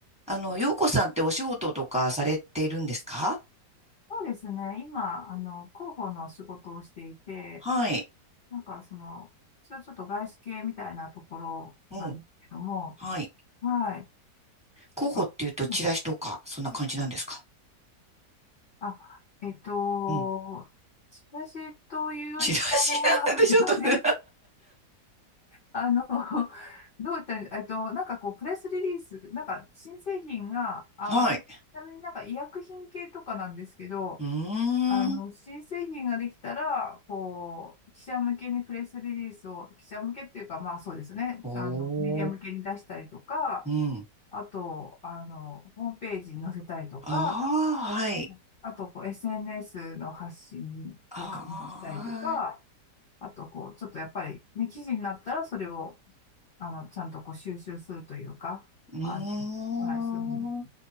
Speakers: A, in the centre; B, on the left.
A: あの、洋子さんってお仕事とかされているんですか
B: そうですね。今、あの、広報の仕事をしていて、
A: はい。
B: なんかその、ちょ、ちょっと外資系みたいなところなんですけども、
A: うん。はい。
B: はい。
A: 広報っていうと、
B: なんか、うん、
A: チラシとか、そんな感じなんですか
B: あ、えっと、
A: うん。
B: チラシというよりかは、
A: チラシなんでちょっとね
B: <laughs> あの、どういったら、えっと、なんかこう、プレスリリース、なんか新製品が、あ、
A: はい。
B: あ、ちなみになんか医薬品系とかなんですけど、
A: うー
B: あの、
A: ん。
B: 新製品ができたら、こう、記者向けにプレスリリースを、記者向けっていうか、まあそうですね、
A: お
B: あの、メディア向けに出したりとか、
A: ー。うん。
B: あと、あの、ホームページに載せたりとか、
A: ああ、はい。
B: あと、こう、SNS の発信を確認したりとか、
A: ああ、
B: あと、こう、ちょっとやっぱり、ね、記事になったら、それを、あの、ちゃんとこう、収集するというか、
A: うーん。
B: あの、はい、そういうのを、